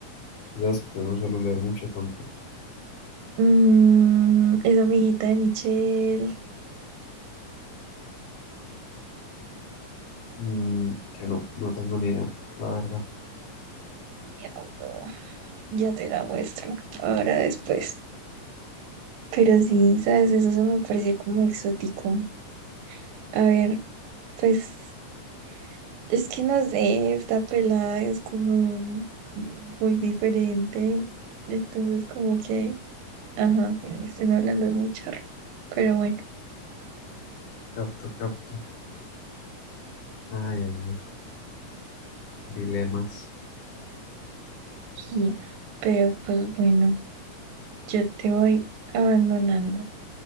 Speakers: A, on the left; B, on the right.
A: tú sabes que yo no suelo leer mucho tampoco.
B: Mm, es amiguita de Michelle.
A: Mm, que no, no tengo ni idea, la verdad.
B: Diablo. Ya te la muestro, ahora después. Pero sí, ¿sabes? Eso se me pareció como exótico. A ver, pues es que no sé, esta pelada es como muy diferente. Entonces como que, ajá, estén hablando es muy charro. Pero bueno,
A: Capto, capto. Ay, hombre, dilemas.
B: sí. Pero pues bueno, yo te voy abandonando.